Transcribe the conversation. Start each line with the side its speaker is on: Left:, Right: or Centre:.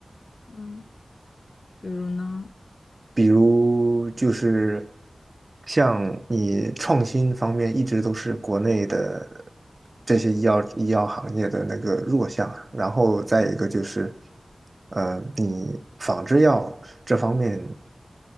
Left: 嗯比如呢，
Right: 比如就是像你创新方面一直都是国内的这些医药医药行业的那个弱项，然后再一个就是，呃，你仿制药这方面，